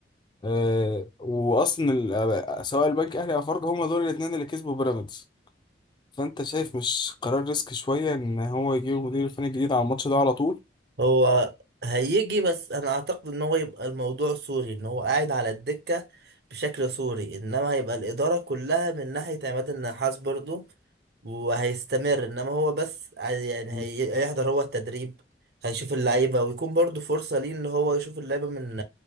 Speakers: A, on the left; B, on the right.
A: آه واصلا ال- آه، سواء البنك الاهلي او فاركو هما دول الاثنين اللي كسبوا بيراميدز فانت شايف مش قرار ريسك شويه ان هو يجيب مدير الفني الجديد على الماتش ده على طول
B: هو هيجي بس انا اعتقد ان هو يبقى الموضوع سوري ان هو قاعد على الدكة بشكل سوري انما هيبقى الادارة كلها من ناحية عماد النحاس برضو وهيستمر انما هو بس عاي- يعني
A: مم.
B: هي- هيحضر هو التدريب هيشوف اللعيبة ويكون برضو فرصة ليه ان هو يشوف اللعيبة من